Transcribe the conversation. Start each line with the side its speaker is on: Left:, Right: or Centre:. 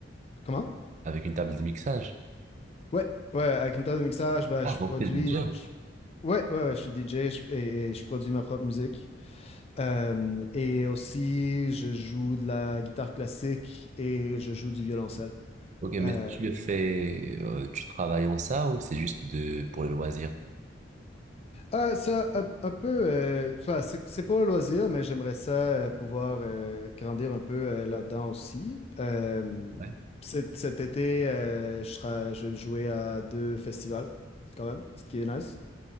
Left: comment?
Right: Avec une table de mixage?
Left: Ouais, ouais, avec une table de mixage, ben,
Right: Ah,
Left: je
Right: donc
Left: produis.
Right: t'es DJ.
Left: je- Ouais, ouais, ouais, je suis DJ je- et, et je produis ma propre musique. Euh, et aussi, je joue de la guitare classique et je joue du violoncelle.
Right: Ok, mais
Left: Euh,
Right: si tu le fais, euh, tu travailles en ça ou c'est juste de pour le loisir?
Left: Euh, ça, un, un peu, euh, enfin, c'est c'est pour le loisir, mais j'aimerais ça euh, pouvoir euh, grandir un peu euh, là-dedans aussi. Euh,
Right: Ouais.
Left: cet, cet été, euh, je, sera- je jouais à deux festivals, quand même, ce qui est nice.